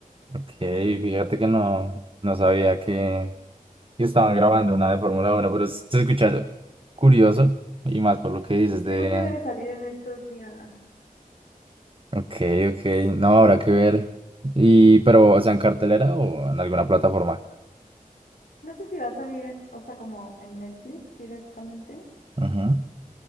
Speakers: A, on the right; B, on the left.
A: Ok, fíjate que no, no sabía que, que estaban grabando una de Fórmula Uno, pero se se escucha curioso y más por lo que dices
B: Según
A: de...
B: yo debe salir en estos días.
A: Ok, ok, no habrá que ver. Y, pero, o sea, en cartelera o en alguna plataforma.
B: No sé si va a salir, o sea, como en Netflix directamente,
A: Ujú.